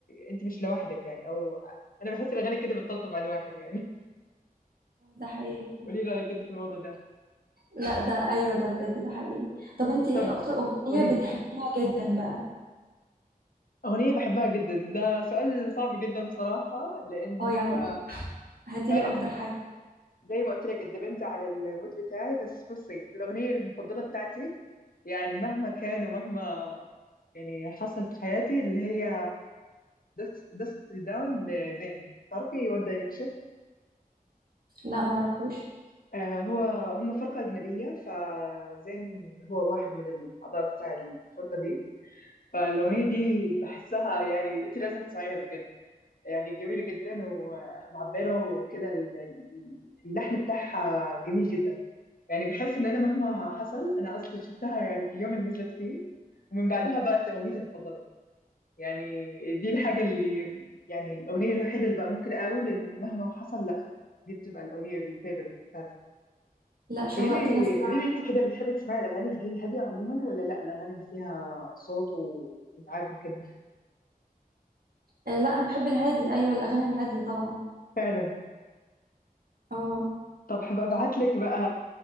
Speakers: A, on the left; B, on the right.
A: انت مش لوحدك يعني او انا بحس الاغاني كده بتطبطب على الواحد يعني
B: ده حقيقي
A: قولي لي رايك انت في الموضوع ده
B: لا ده ايوه ده بجد ده حقيقي طب انت ايه
A: طب
B: اكتر اغنيه
A: قولي
B: بتحبيها
A: لي
B: جدا بقى
A: اغنيه بحبها جدا ده سؤال صعب جدا بصراحه لان
B: اه
A: هو
B: يعني هاتيلي
A: فعلا
B: اكتر حاجه
A: زي ما قلت لك الدبنت على المود بتاعي بس بصي الاغنيه المفضله بتاعتي يعني مهما كان ومهما يعني حصل في حياتي اللي هي دست دست داون لزين تعرفي وان دايركشن
B: لا ما اعرفش
A: آه هو هم فرقة أجنبية فزين هو واحد من الأعضاء بتاع الفرقة دي فالاغنيه دي بحسها يعني انت لازم تسمعيها بجد يعني جميله جدا ومعبره وكده ال- ال- اللحن بتاعها جميل جدا يعني بحس ان انا مهما حصل انا اصلا شفتها يعني في اليوم اللي نزلت فيه ومن بعدها بقت اغنيتي المفضله يعني دي الحاجه اللي يعني الاغنيه الوحيده اللي بقى ممكن اقول ان مهما حصل لا دي بتبقى الاغنيه الفيفورت بتاعتي
B: لا شوقتيني
A: قولي لي
B: اسمع
A: قولي لي انت كده بتحبي تسمعي الاغاني اللي هي الهاديه عموما ولا لا الاغاني اللي فيها صوت وازعاج وكده
B: آه لا انا بحب الهادي ايوه الاغاني الهاديه طبعا
A: فعلا
B: اه
A: طب هبقى ابعت لك بقى